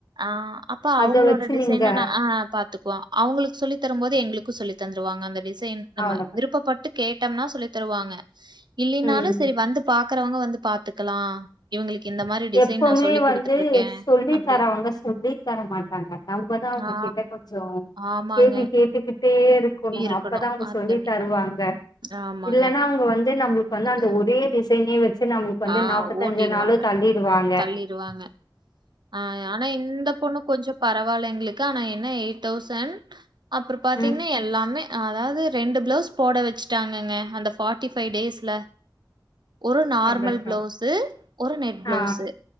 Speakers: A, on the right; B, on the left.
A: ஆ அப்பா அவங்களோட
B: அத வச்சு
A: டிசைன
B: நீங்க
A: ந ஆ பாத்துக்கோ வ அவங்களுக்கு சொல்லி தரும் போது எங்களுக்கு சொல்லி தந்துருவாங்க அந்த டிசைன் நம்ம
B: அவ்ளோதா
A: விருப்பப்பட்டு கேட்டம்னா சொல்லி தருவாங்க இல்லைனாலும்
B: ம்
A: சரி வந்து பாக்கறவங்க வந்து பாத்துக்கலாம் இவங்களுக்கு இந்த மாரி டிசைன்
B: எப்பவுமே
A: நான் சொல்லிக் குடுத்துட்டுருக்கேன்.
B: வந்து சொல்லி
A: அப்படின்னு.
B: தரவங்க சொல்லி தர மாட்டாங்க நம்மதா அவங்க
A: ஆ
B: கிட்ட கொஞ்சொ
A: ஆமாங்க.
B: கேள்வி கேட்டுக்கிட்டே இருக்கணு
A: இருக்கணும்.
B: அப்பதான் அவங்க
A: அது
B: சொல்லி
A: கண்டிப்பா.
B: தருவாங்க
A: ஆமாங்க.
B: இல்லன்னா அவங்க வந்து நம்மளுக்கு வந்து அந்த
A: ம்.
B: ஒரே டிசைனே வச்சி நம்மளுக்கு வந்து
A: ஆ
B: நாப்பத்தஞ்சி
A: ஓட்டிருவாங்க.
B: நாளு தள்ளிருவாங்க
A: தள்ளிருவாங்க. ஆ ஆனா இந்த பொண்ணு கொஞ்சொ பரவால்ல எங்களுக்கு ஆனா என்ன எயிட் தௌசன் அப்புற பாத்தீங்கன்னா
B: ம்
A: எல்லாமே அதாவது ரெண்டு பிளவுஸ் போட வச்சுட்டாங்கங்க அந்த ஃபார்ட்டி ஃபைவ் டேஸ்ல ஒரு நார்மல்
B: சந்தோஷோ
A: பிளவுஸு ஒரு நெட் பிளவுஸு
B: ஆ